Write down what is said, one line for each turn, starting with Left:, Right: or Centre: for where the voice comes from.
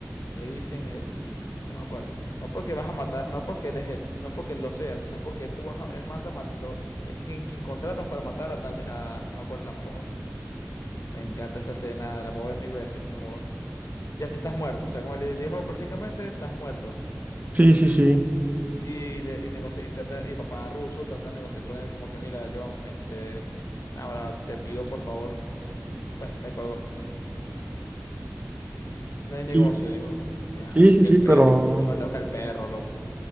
Left: Le dicen el... No me acuerdo. No porque vas a matar, no porque él es el, no porque él lo sea, sino porque tú vas a... Él manda, a mat- lo- es quien, quien contratas para matar a tal... A, no me acuerdo el apodo. Me encanta esa escena, la puedo ver mil veces, como ya estás muerto, o sea, como le dijo prácticamente, estás muerto.
Right: sí, sí, sí,
Left: Y, le- y, negocia- y, trata- y papá ruso trata de negociar con él como que, mira, John, este, ahora te pido por favor, bueno, me colgó. No hay
Right: sí,
Left: negocio, dijo. Diablo,
Right: sí, sí,
Left: es que
Right: sí,
Left: el,
Right: pero,
Left: el- le mataron al perro, loco.